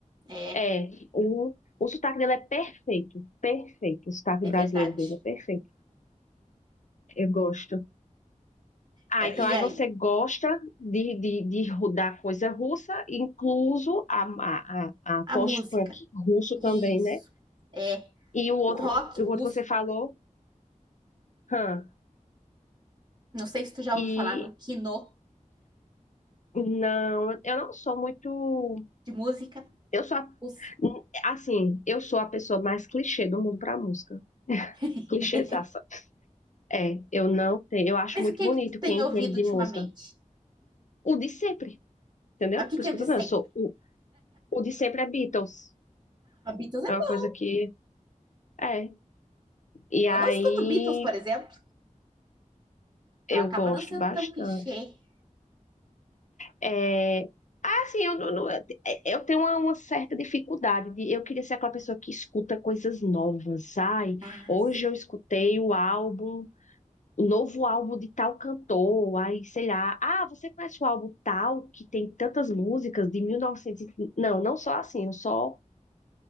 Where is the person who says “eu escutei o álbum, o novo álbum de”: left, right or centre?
Left